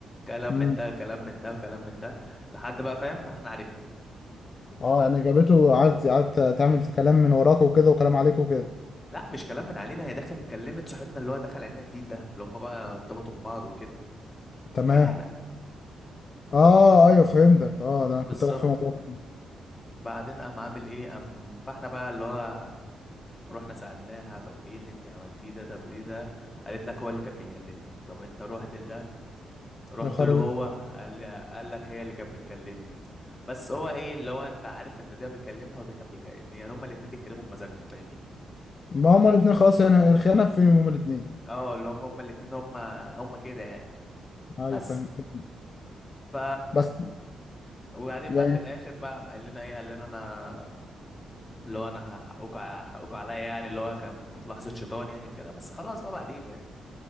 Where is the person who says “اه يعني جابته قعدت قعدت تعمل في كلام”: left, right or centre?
Left